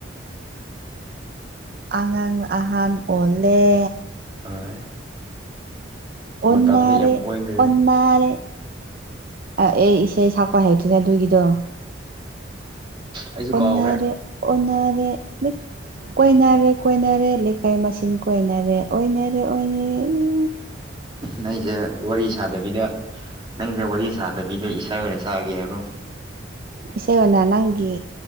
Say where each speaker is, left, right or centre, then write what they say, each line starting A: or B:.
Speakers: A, on the right; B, on the right.
A: ꯑꯉꯥꯡꯅ ꯑꯍꯥꯟ ꯑꯣꯜꯂꯦ
B: ꯍꯣꯏ
A: ꯑꯣꯟꯅꯔꯦ
B: ꯃꯇꯝꯁꯦ ꯌꯥꯝ ꯑꯣꯏꯈ꯭ꯔꯕꯅꯤ
A: ꯑꯣꯟꯅꯔꯦ ꯑꯩ ꯏꯁꯩ ꯁꯛꯄ ꯍꯦꯛꯇ꯭ꯅꯦ ꯑꯗꯨꯒꯤꯗꯣ
B: ꯑꯩꯁꯨ
A: ꯑꯣꯟꯅꯥꯔꯦ
B: ꯀꯥꯎꯈ꯭ꯔꯦ
A: ꯑꯣꯟꯅꯥꯔꯦ ꯀꯣꯏꯅꯔꯦ ꯀꯣꯏꯅꯔꯦ ꯂꯩꯀꯥꯏ ꯃꯁꯤꯡ ꯀꯣꯏꯅꯔꯦ ꯑꯣꯏꯅꯔꯦ ꯑꯣꯏꯅꯔꯦ ꯎ
B: ꯅꯪꯁꯦ ꯋꯥꯔꯤ ꯁꯥꯗꯕꯤꯗ ꯅꯪꯁꯦ ꯋꯥꯔꯤ ꯁꯥꯗꯕꯤꯗ ꯇꯅ ꯁꯥꯒꯦ ꯍꯥꯏꯕ꯭ꯔꯣ
A: ꯏꯁꯩ ꯑꯣꯏꯅ ꯅꯪꯒꯤ